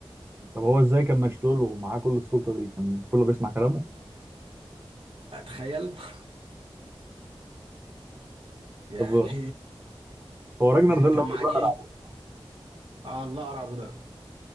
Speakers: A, on the right; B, on the right.
A: طب هو إزاي كان مشلول ومعاه كل السلطة دي؟ كان كله بيسمع كلامه؟
B: اتخيل <laughs> يعني
A: طب هو راجنر
B: يعني
A: ده اللي
B: كان
A: هو
B: معاه
A: الأقرع
B: جيش
A: ده.
B: اه الله اقرع ابو ده